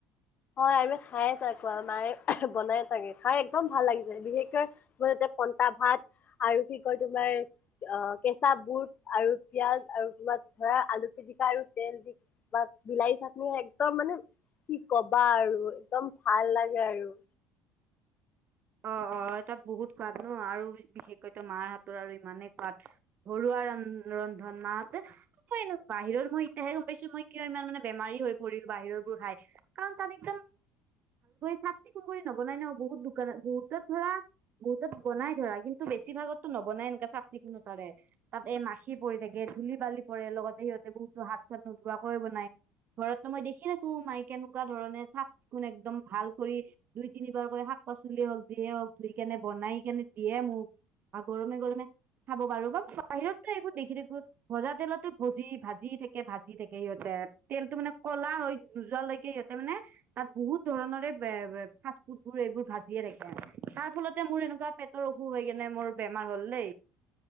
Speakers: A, on the left (about 40°); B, on the right (about 50°).
A: হয় আমি খাইয়ে থাকো আৰু মায়ে বনাই থাকে খাই একদম ভাল লাগিছে বিশেষকৈ এতিয়া পনটা ভাত আৰু কি কয় তোমাৰ অ কেঁচা বুট আৰু পিয়াজ আৰু তোমাৰ ধৰা আলু পিটিকা আৰু তেল দি বা বিলাহী চাটনি একদম মানে কি কবা আৰু একদম ভাল লাগে আৰু
B: অ অ তাত বহুত সোৱাদ ন আৰু বিশেষকৈতো মাৰ হাতৰ আৰু ইমানেই সোৱাদ ঘৰুৱা ৰ ৰন্ধন মাহঁতে মই এনে বাহিৰৰ মই এতিয়াহে গম পাইছো মই কিয় ইমান মানে বেমাৰী হৈ পৰিল বাহিৰৰ বোৰ খাই কাৰন তাত এতিয়া চাফ চিকুণ কৰি নবনাই ন বহুত দোকানত বহুতত ধৰা বহুতত বনাই ধৰা কিন্তু বেছি ভাগততো নবনাই এনেকা চাফ চিকুণতাৰে তাত এই মাখি পৰি থাকে ধূলি বালি পৰে লগতে সিহঁতে বহুতো হাত চাত নোধোৱাকৈ বনায় ঘৰততো মই দেখি থাকো মাই কেনেকোৱা ধৰণে চাফ চিকুণ একদম ভাল কৰি দুই তিনিবাৰকৈ শাক পাচলি হওক যিয়ে হওক ধুই কেনে বনাই কেনে দিয়ে মোক বা গৰমে গৰমে খাব পাৰো বা বাহিৰততো এইবোৰ দেখি থাকো ভজা তেলত টো ভজি ভাজি থাকে ভাজি থাকে সিহঁতে তেলটো মানে ক'লা হৈ নোযোৱালৈকে সিহঁতে মানে তাত বহুত ধৰণৰে বে বে ফাষ্ট ফুড বোৰ এইবোৰ ভা জিয়ে থাকে আৰু তাৰ ফলতে মোৰ এনেকোৱা পেটৰ অসুখ হৈ কেনে মোৰ বেমাৰ হ'ল দেই